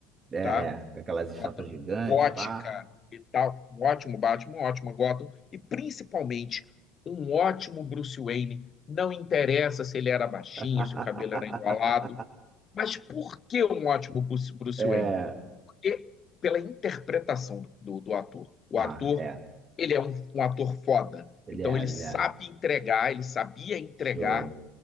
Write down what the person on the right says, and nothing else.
é, é,
com aquelas estátuas
gigantes,
pá.
<laughs>
É,
ah,
é,
ele
era,
ele era.
Show.